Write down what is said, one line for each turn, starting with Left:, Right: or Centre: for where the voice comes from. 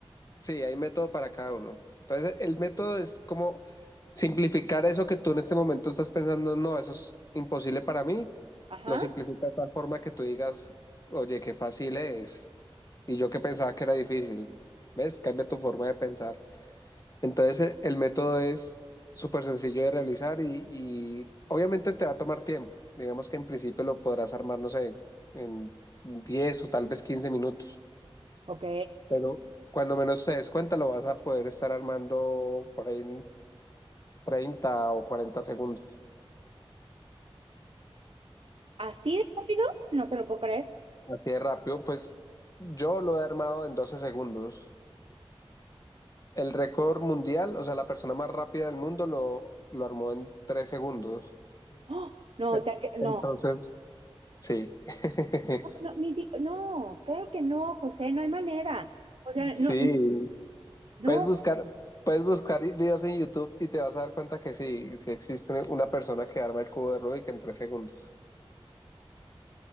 Left: Sí, hay método para cada uno. Entonces, el método es como simplificar eso que tú en este momento estás pensando, no, eso es imposible para mí.
Right: ajá,
Left: Lo simplifica de tal forma que tú digas, oye, qué fácil es. Y yo que pensaba que era difícil. ¿Ves? Cambia tu forma de pensar. Entonces, el, el método es súper sencillo de realizar y, y obviamente te va a tomar tiempo. Digamos que en principio lo podrás armar, no sé, en 10 o tal vez quince minutos
Right: ok,
Left: pero cuando menos te des cuenta lo vas a poder estar armando por ahí en 30 o 40 segundos.
Right: así de rápido, no te lo puedo creer.
Left: Así de rápido, pues yo lo he armado en 12 segundos. El récord mundial, o sea, la persona más rápida del mundo lo, lo armó en 3 segundos.
Right: ¡Oh! No,
Left: E-
Right: te- no,
Left: Entonces, sí. <laughs>
Right: no, no, ni si, no, claro que no, José, no hay manera. O sea,
Left: Sí.
Right: no, no,
Left: Puedes buscar, puedes buscar i- videos en YouTube y te vas a dar cuenta que sí, sí existe una persona que arma el cubo de Rubik en 3 segundos.